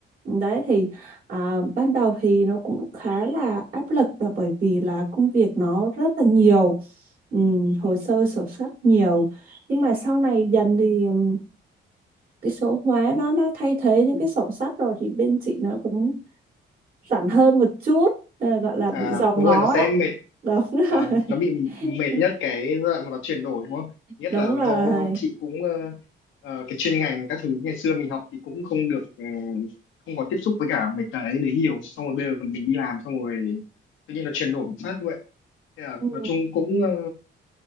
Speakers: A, on the right; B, on the left.
A: đấy thì à, ban đầu thì nó cũng khá là áp lực là bởi vì là công việc nó rất là nhiều ừm, hồ sơ sổ sách nhiều nhưng mà sau này dần thì ừm, cái số hóa nó nó thay thế những cái sổ sách rồi thì bên chị nó cũng giản hơn một chút ờ, gọi là
B: à,
A: bị dòm
B: đúng
A: ngó
B: rồi nó sẽ
A: đó
B: mệt
A: đúng
B: và
A: rồi
B: nó bị
A: <laughs>
B: mệt nhất cái giai đoạn mà nó chuyển đổi đúng không? Nhất
A: đúng
B: là
A: rồi
B: do chị cũng ờ, ờ, cái chuyên ngành các thứ ngày xưa mình học thì cũng không được ừ, không có tiếp xúc với cả mấy cái đấy nhiều xong rồi bây giờ mình đi làm xong rồi tự nhiên nó chuyển đổi một phát như vậy Thế là
A: ừ.
B: nói chung cũng ờ,